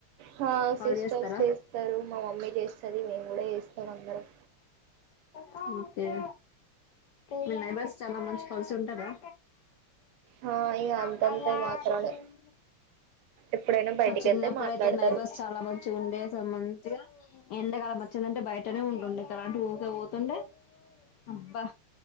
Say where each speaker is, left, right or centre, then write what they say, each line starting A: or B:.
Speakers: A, on the right; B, on the left.
A: హా
B: వాల్
A: సిస్టర్స్
B: చేస్తారా
A: చేస్తారు మా మమ్మీ చేస్తది మేము కూడా చేస్తాం అందరం
B: హమ్ ఎ మీ నైబర్స్ చాలా మంచి కలిసి ఉంటారా
A: హా ఇగ
B: పాపయ్య
A: అంతంత మాత్రానే
B: తుమ్
A: ఎప్పుడైనా బయటికి
B: మా చినపుడైతే
A: వెళ్తే మాట్లాడతారు
B: నైబర్స్ చాలా మంచిగా ఉండే సూ మంచిగా ఎంతకాల మచ్చిందంటే బయటనే ఉంటుండే ఇలా అంటి ఊరికే పోతుండే అబ్బా